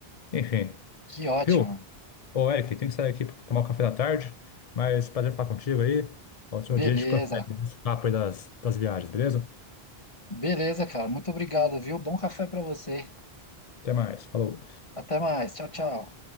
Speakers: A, on the left (about 50°); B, on the left (about 30°).
A: Enfim,
B: que ótimo.
A: viu? Ô, Eric, tem que sair aqui para tomar o café da tarde, mas prazer falar contigo aí. Outro
B: Beleza.
A: dia a gente prossegue esse papo aí das, das viagens, beleza?
B: Beleza, cara. Muito obrigado, viu? Bom café para você.
A: Até mais, falou.
B: Até mais. Tchau, tchau.